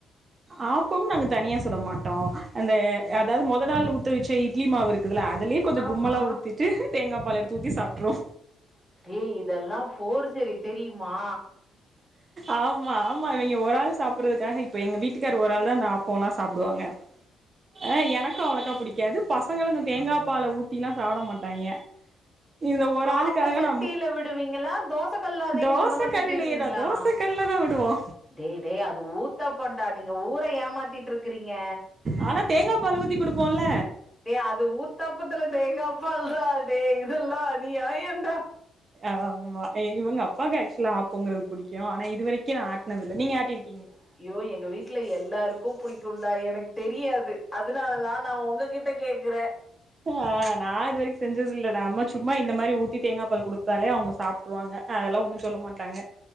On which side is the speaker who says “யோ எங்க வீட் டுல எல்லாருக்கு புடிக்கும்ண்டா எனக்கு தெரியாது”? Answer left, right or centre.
Centre